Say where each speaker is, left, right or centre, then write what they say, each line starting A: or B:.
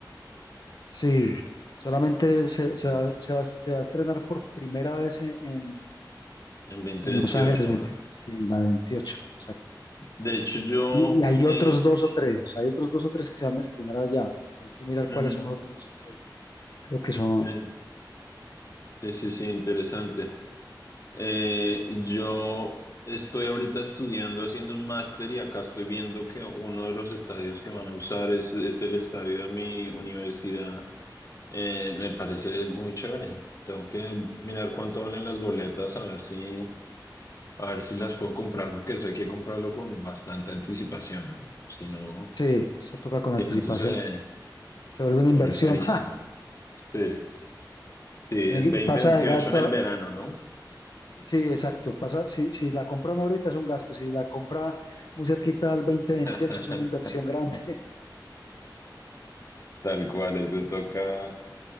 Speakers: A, on the left; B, on the left.
A: sí. Solamente se,
B: Interesante.
A: se va, se va- se va a estrenar por primera vez en, en-
B: En dos mil veintiocho
A: en Los Ángeles
B: ¿ah?
A: 21, sí, en la 28, exacto.
B: De hecho, yo
A: Y, y hay
B: eh,
A: otros dos o tres, hay otros dos o tres que se van a estrenar allá. Hay que mirar cuáles
B: Ujú,
A: son los otros dos o tres. Creo que son,
B: Sí, sí, sí, sí, interesante. Eh, yo estoy ahorita estudiando, haciendo un máster y acá estoy viendo que uno de los estadios que van a usar es, es el estadio de mi universidad. Eh, me parece muy chévere. Tengo que mirar cuánto valen las boletas, a ver si, a ver si las puedo comprar, porque eso hay que comprarlo con bastante anticipación, ¿no? Si no,
A: sí, eso toca con anticipación.
B: si no, eso se
A: Se vuelve una inversión.
B: pone carísima. Sí, sí, es
A: <laughs>
B: dos mil
A: Pasa
B: veintiocho
A: de gasto,
B: en el verano, ¿no?
A: sí, exacto. Pasa, si, si la compran ahorita es un gasto, si la compra muy cerquita al 2028
B: <laughs>
A: es una inversión grande.
B: Tal cual, eso toca